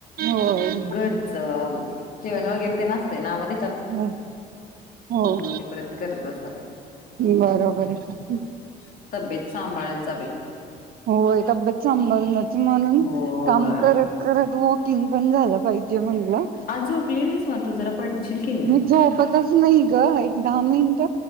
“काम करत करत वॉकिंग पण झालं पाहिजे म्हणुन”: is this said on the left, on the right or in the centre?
Right